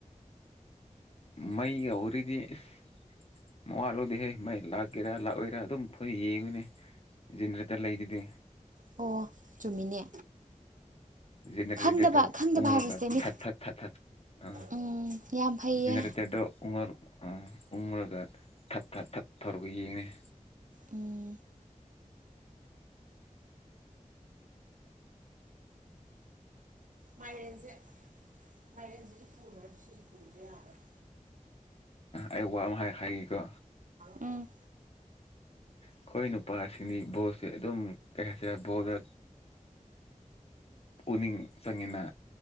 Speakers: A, on the left; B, on the right.
A: ꯃꯩꯒꯤ ꯋꯥꯔꯤꯗꯤ ꯏꯁ ꯃꯋꯥ ꯂꯧꯗꯦꯍꯦ ꯃꯩ ꯂꯥꯛꯀꯦꯔꯥ ꯂꯥꯛꯑꯣꯏꯔꯥ ꯑꯗꯨꯝ ꯐꯨ ꯌꯦꯡꯕꯅꯤ ꯖꯦꯅꯦꯔꯦꯇꯔ ꯂꯩꯗꯨꯗꯤ
B: ꯑꯣ ꯆꯨꯝꯃꯤꯅꯦ
A: ꯖ‌ꯦꯅ‌ꯦꯔ‌ꯦꯗꯔꯗꯣ
B: ꯈꯪꯗꯕ ꯈꯪꯗꯕ
A: ꯎꯪꯂꯒ
B: ꯍꯥꯏꯕꯁꯦ ꯃꯤꯠ
A: ꯊꯠ ꯊꯠ ꯊꯠ ꯊꯠ ꯑ
B: ꯎꯝ ꯌꯥꯝ ꯐꯩꯌꯦ
A: ꯖꯦꯅꯤꯔꯤꯇꯔꯗꯣ ꯎꯪꯉ ꯑꯝ ꯎꯪꯉꯒ ꯊꯠ ꯊꯠ ꯊꯠ ꯇꯧꯔꯒ ꯌꯦꯡꯉꯤꯅ‌ꯦ
B: ꯎꯝ ꯃꯥꯏꯔꯦꯟꯁꯦ ꯃꯥꯏꯔꯦꯟꯁꯤꯁꯨ ꯄꯨꯨꯔ ꯁꯤꯁꯨ ꯄꯨꯨꯗ ꯌꯔꯔꯣꯏ
A: ꯑꯩ ꯋꯥ ꯑꯃ ꯍꯥꯏ ꯍꯥꯏꯒꯦꯀꯣ
B: ꯎꯝ
A: ꯑꯩꯈꯣꯏ ꯅꯨꯄꯥꯁꯤꯡꯗꯤ ꯕꯣꯜꯁꯦ ꯑꯗꯨꯝ ꯀꯩ ꯍꯥꯏꯁꯤꯔꯥ ꯕꯣꯜꯗ ꯄꯨꯛꯅꯤꯡ ꯆꯪꯉꯤꯅ